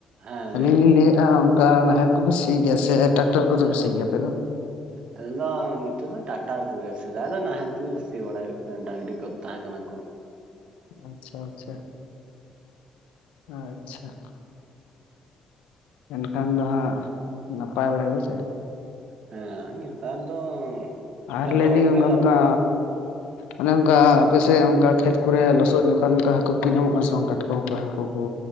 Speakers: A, on the right; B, on the left.
A: ᱦᱮᱸ
B: ᱟᱹᱞᱤᱧ
A: ᱞᱟᱹᱭ ᱵᱤᱱ
B: ᱞᱤᱧ ᱞᱟᱹᱭᱮᱼᱟ ᱚᱱᱠᱟ ᱱᱟᱦᱮᱞ ᱠᱚᱯᱮ ᱥᱤ ᱜᱮᱭᱟ, ᱥᱮ ᱴᱨᱟᱠᱴᱟᱨ ᱠᱚᱫᱚ
A: ᱦᱮᱸ
B: ᱯᱮ ᱥᱤ ᱜᱮᱭᱟ ᱟᱯᱮ ᱫᱚ?
A: ᱟᱞᱮ ᱫᱚ ᱱᱤᱛᱚᱜ ᱫᱚ ᱴᱟᱠᱴᱟᱨ ᱠᱚᱜᱮ, ᱥᱮᱫᱟᱭ ᱫᱚ ᱱᱟᱦᱮᱞ ᱛᱮᱞᱮ ᱥᱤ ᱵᱟᱲᱟᱭᱮᱫ ᱛᱟᱦᱮ ᱰᱟᱝᱨᱤ ᱠᱚ ᱛᱟᱦᱮᱸ ᱠᱟᱱᱟ ᱠᱚ ᱾
B: ᱟᱪᱪᱷᱟ ᱟᱪᱪᱷᱟ, ᱟᱪᱪᱷᱟ, ᱮᱱᱠᱷᱟᱱ ᱫᱚ ᱦᱟᱸᱜ ᱱᱟᱯᱟᱭ ᱵᱟᱲᱟ ᱜᱮ ᱦᱳᱸᱥᱮ ᱾
A: ᱦᱮᱸ, ᱱᱮᱛᱟᱨ ᱫᱚ
B: ᱟᱨ
A: ᱡᱚᱛᱚ
B: ᱞᱟᱹᱭ ᱫᱤᱧ
A: ᱦᱚᱲ ᱜᱮ
B: ᱜᱚᱝᱠᱟ
A: ᱞᱚᱜᱚᱱ
B: ᱚᱱᱮ ᱚᱱᱠᱟ ᱟᱯᱮᱥᱮᱫ ᱚᱱᱠᱟ ᱠᱷᱮᱛ ᱠᱚᱨᱮ ᱞᱚᱥᱚᱫ ᱡᱚᱠᱷᱚᱱ, ᱚᱱᱠᱟ ᱦᱟᱹᱠᱩ ᱠᱚ ᱧᱟᱢᱚᱜ ᱠᱟᱱᱟ ᱥᱮ ᱵᱟᱝ ᱠᱟᱴᱠᱚᱢ ᱦᱟᱹᱠᱩ ᱠᱩ ᱦᱟᱹᱠᱩ ᱠᱩ?